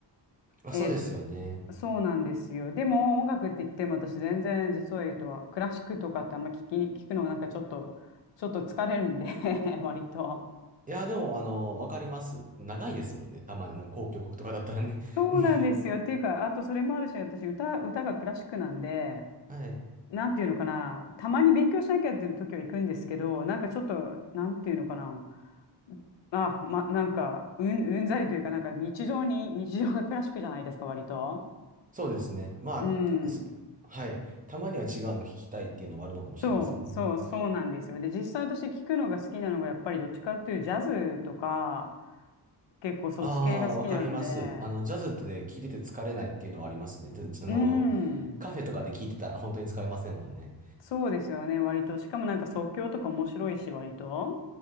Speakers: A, on the right; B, on the left.
A: あ、
B: えー
A: そうですよね。
B: そうなんですよ。でも音楽って言っても私全然実を言うとはクラシックとかってあんま聞き、聞くのはなんかちょっと、ちょっと疲れるんで <laughs> 割と。
A: いや、でも、あの、わかります。長いですもんね。たまに、あの、公共国とかだったらね。
B: そうなんですよ。
A: <laughs>
B: っていうか、あとそれもあるし、私歌、歌がクラシックなんで、
A: はい。
B: なんていうのかな、たまに勉強しなきゃっていう時は行くんですけど、なんかちょっと、なんていうのかな、あ、ま、なんか、うん、うんざりというか、なんか日常に、日常がクラシックじゃないですか、割と。
A: そうですね。まあ、
B: うん。
A: すはい。たまには違うの聞きたいっていうのはあるのかもしれませんね。
B: そう、そう、そうなんですよ。で、実際私聞くのが好きなのが、やっぱりどっちかっていうジャズとか、結構そっち系が好きなので、
A: ああ、わかります。あの、ジャズってね聞いてて疲れないっていうのはありますね。じあの、
B: うん、
A: カフェとかで聞いてたら本当に疲れませんもんね。
B: そうですよね、割と。しかもなんか即興とか面白いし、割と。